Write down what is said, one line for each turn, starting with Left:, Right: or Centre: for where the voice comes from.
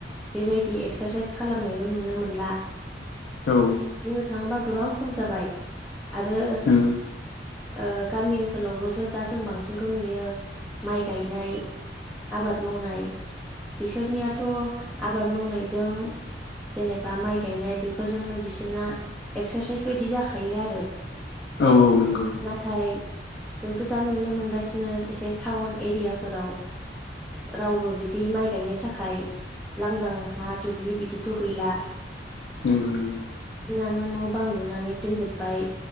Centre: बेबायदि एक्सारसाइस खालामनायबो नुनो मोनला
Left: औ
Centre: बुंनो थाङोबा गोबां खम जाबाय आरो
Left: नों
Centre: ओ गामि ओनसोलावलसो दा जों बांसिनखौ नुयो माइ गायनाय आबाद मावनाय बिसोरनियाथ आबाद मावनायजों जेनेबा माइ गायनाय बेफोरजोंनो बिसोरना एक्सारसाइस बायदि जाखायो आरो
Left: औ औ नंगौ
Centre: नाथाय जोंथ दा नुनो मोनगासिनो एसे टाउन एरियाफोराव रावबो बिदि माइ गायनो थाखाय लांदां हा दुब्लि बिदिथ गैला
Left: नंगौ नंगौ
Centre: बिदिनो न बां लुनानै दोनजोबबाय